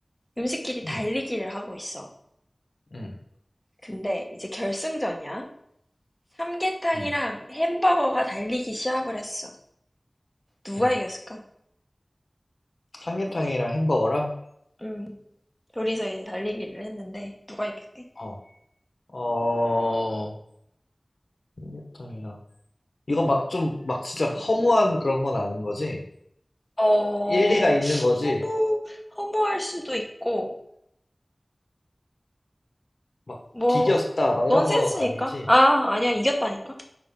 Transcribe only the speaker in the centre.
음식끼리
달리기를 하고 있어.
근데 이제 결승전이야. 삼계탕이랑
햄버거가 달리기 시합을 했어. 누가
이겼을까?
음, 둘이서 이제 달리기를 했는데, 누가 이겼게?
어,
허무,
허무할 수도 있고,
뭐,
넌센스니까?
아, 아니야, 이겼다니까?